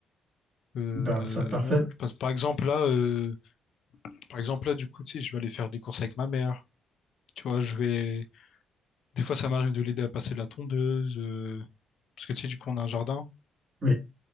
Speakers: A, on the left; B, on the right.
A: Euh,
B: Ben, c'est parfait.
A: ouais, parce- par exemple là, euh, par exemple là, du coup, tu sais, je vais aller faire des courses avec ma mère. Tu vois, je vais. Des fois, ça m'arrive de l'aider à passer la tondeuse, euh, parce que tu sais, du coup, on a un jardin.
B: Oui,